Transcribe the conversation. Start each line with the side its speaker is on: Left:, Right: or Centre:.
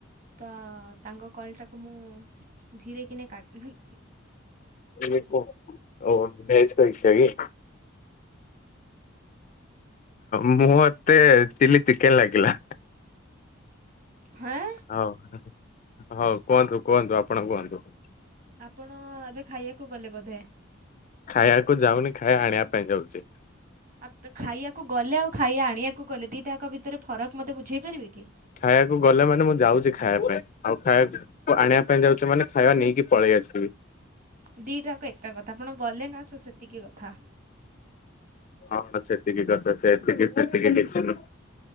Right: ତ ତାଙ୍କ କଲ୍ ଟାକୁ ମୁଁ ଧୀରେକିନି କାଟିଲି
Left: <unintelligible> ଓ ବଜ ପରୀକ୍ଷାାଗ <unintelligible> ମୁଁ ମତେ ଚିଲି ଚିକେନ ଲାଗିଲା।
Right: ହଁ।
Left: ହଉ ହଉ କୁହନ୍ତୁ କୁହନ୍ତୁ ଆପଣ କୁହନ୍ତୁ।
Right: ଆପଣ ଏବେ ଖାଇଆକୁ ଗଲେ ବୋଧେ।
Left: ଖାଇଆକୁ ଯାଉନି ଖାଇଆ ଆଣିବା ପାଇଁ ଯାଉଛି।
Right: ଆଉ ତ ଖାଇଆକୁ ଗଲେ ଆଉ ଖାଇଆ ଆଣିଆକୁ ଗଲେ ଦିଇଟାକ ଭିତରେ ଫରକ ମୋତେ ବୁଝେଇ ପାରିବେ କି?
Left: ଖାଇଆକୁ ଗଲେ ମାନେ ମୁଁ ଯାଉଛି ଖାଇଆ ପାଇଁ ଆଉ ଖାଇଆ ଆଣିବା ପାଇଁ ଯାଉଛୁ ମାନେ ଖାଇବା ନେଇକି ପଳେଇ ଆସିବି।
Right: ଦିଟାକ ଏକା କଥା ଆପଣ ଗଲେ ନା ତ ସେତିକି କଥା।
Left: ହଁ ସେତିକି କଥା ସେତିକି ସେତିକି କିଛି ନୁ